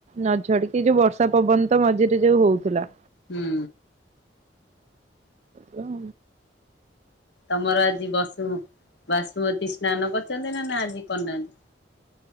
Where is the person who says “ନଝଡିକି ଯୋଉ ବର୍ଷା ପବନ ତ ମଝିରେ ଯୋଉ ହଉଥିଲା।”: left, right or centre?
Right